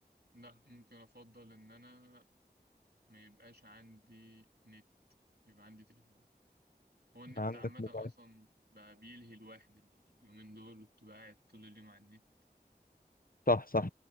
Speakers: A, on the right; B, on the left.
A: لا ممكن افضل ان انا ما يبقاش عندي نت يبقى عندي تليفون هو النت
B: عندك
A: عامة
B: موبايل
A: اصلا بقى بيلهي الواحد اليومين دول وبتبقى قاعد طول اليوم على النت
B: صح صح